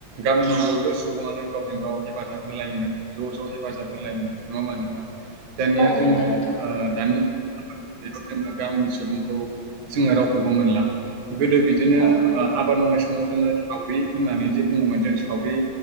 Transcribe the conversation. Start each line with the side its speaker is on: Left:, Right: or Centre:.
Right: गामिनि बयबो सुबुङानो गावजों -गाव हेफाजाब होलायोमोन ज' ज' हेफाजाब होलायोमोन नङा होमबा नोंथां? दानिया
Left: औ
Right: जोङो
Left: नंगौ नोंथां
Right: ओ दानि <unintelligible> बेयाव जोङो गामिनि सुबुंखौ जोङो रावखौबो मोनला। गोदो बिदिनो
Left: औ नंगौ
Right: आबाद मावनाय समाव जोङो सावरि होननानै जे बुङोमोन जों सावरि